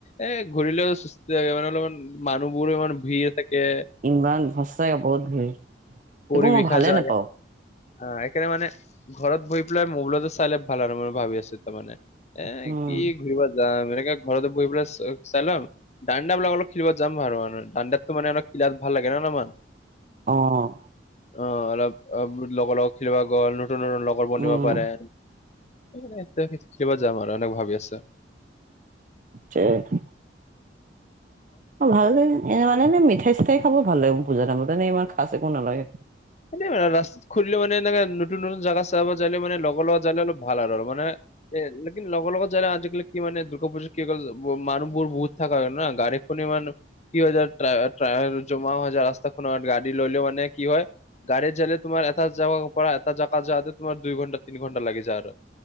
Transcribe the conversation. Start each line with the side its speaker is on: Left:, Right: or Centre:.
Left: এ ঘূৰিলেও চুস্থ থাকে মানে অলপমান মানুহবোৰ ইমান ভিৰ থাকে।।
Right: ইমান সঁচাকে বহুত ভিৰ।
Left: পৰি
Right: একো মই
Left: বিষয়
Right: ভালে
Left: যাই।
Right: নাপাওঁ।
Left: হা এইকাৰে মানে ঘৰত বহি পেলাই মবোলতো চাইলে ভাল আৰু মই ভাবি আছো তাৰমানে। এ
Right: উম,
Left: কি ঘূৰিব যাম এনেকে ঘৰতে বহি পেলাই চাইলাম। দাণ্ডিয়া বিলাক অলপ খেলিব যাম আৰু দাণ্ডিয়াটো মানে অলপ খিলাত ভাল লাগে নমান।
Right: অ'।
Left: অ', অলপ লগৰ লগত খেলিব গ'ল নতুন নতুন লগৰ বনিব
Right: উম,
Left: পাৰে। এতিয়ািবা যাম আৰু এনেক ভাবি আছছে।
Right: <unintelligible> অ', ভাল ল এনে মানে এ মিঠাই চিঠাই খাব ভাল লাগে বুজা তিমত এনে ইমান কাষ একো নালাগে।
Left: এ ৰাস্তাত খুলে মানে এনেকে নতুন নতুন জগা চাব যাইে মানে লগৰ লগত যালে অলপ ভাল আৰু মানে এ লেকিন লগৰ লগত জায়ে আজিকালি কি মানে দুৰ্গা পুজা কি মানুহবোৰ বহুত থকা হয় না গাড়ীৰ পুনি মান কি হৈ যায় জমা হৈ যায় ৰাস্তাখনৰ গাড়ী ললে মানে কি হয গাডী জেলে তোমাৰ এটা জোগাৰ পৰা এটা জেগাত যওঁতে তোমাৰ দুই ঘণ্টা, তিনি ঘণ্টা লাগি যায় আৰু।